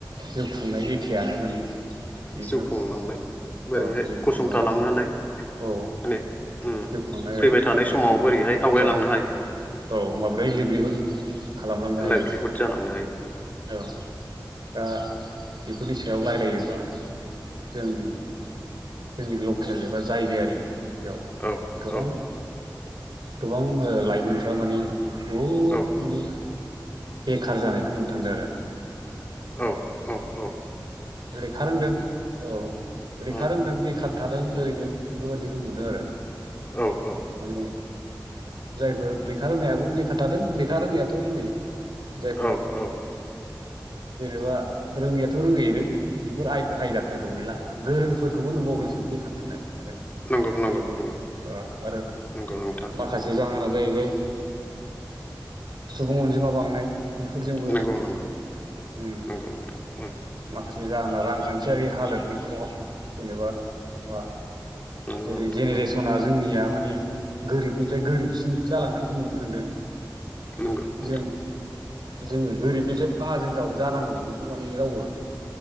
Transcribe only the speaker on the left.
दे
जिउ खुंलांनाय बोरैहाय
गसंथालांनानै
माने उम
फैबाय थानाय समाव
बोरैहाय आवगायलांनो
हायो
लाइभलिहुड जालांनो हायो
औ
औ
औ
औ-औ-औ
उम
औ-औ
औ औ
नंगौ नंगौ
नंगौ
नंगौ नोंथां
नंगौ नंगौ
नंगौ नोंथां उम
नंगौ
नोंथां
उम
नंगौ नोंथां